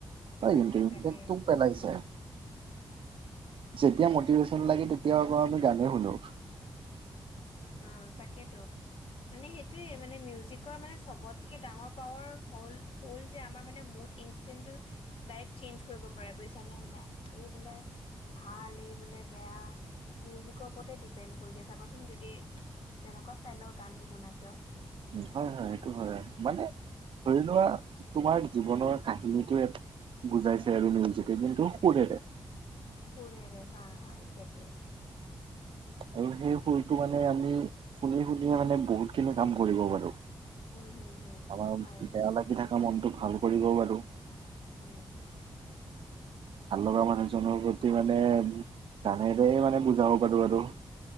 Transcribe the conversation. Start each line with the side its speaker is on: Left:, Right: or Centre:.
Right: ন ই
Left: তাকে
Right: ই
Left: তাকে
Right: তো পেলাইছে।
Left: হা
Right: যেতিয়া মটিভেশ্যন লাগে তেতিয়া আকৌ আমি গানেই শুনো।
Left: অ তাকেইেতো মানে সেইটোয়ে মানে মিউজিক। মানে চবতকে ডাঙৰ পাৱাৰ হল হল যে আমাৰ মানে মোদ ইনচটিন্ট টো। চেঞ্জ কৰিব পাৰে বুজিছা নে মানে এই বোলে ভাল এই বোলে বেয়া। মিউজিকৰ ওপৰতে ডিপেণ্ড কৰি দিয়ে চাবাচোন যদি তেনেকুৱা ষ্টাইলৰ গান নুশুনা কিয়।
Right: হয় হয় সেইটো হয়। মানে ধৰি লোৱা তোমাৰ জীৱনৰ কাহিনীটো এক। বুজাইছে আৰু মিউজিতে কিন্তু সুৰেৰে।
Left: সুৰেৰে হা হা একজেক্টলি।
Right: আৰু সেই শুৰটো মানে আমি শুনি শুনিয়ে মানে বহুতখিনি কাম কৰিব পাৰোঁ।
Left: উম হুম হুম
Right: আমাৰ
Left: হয়
Right: বেয়া লাগি থকা মনটো ভাল কৰিব পাৰো।
Left: উম।
Right: ভাল লগা মানুহ জনৰ প্ৰতি মানে। গানেৰেই মানে বুজাব পাৰো আৰু।